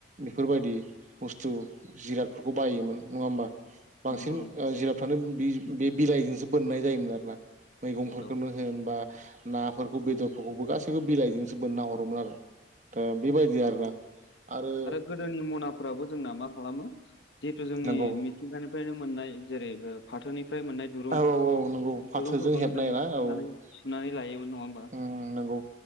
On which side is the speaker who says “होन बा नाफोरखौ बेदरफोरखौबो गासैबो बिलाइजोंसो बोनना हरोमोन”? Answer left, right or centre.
Right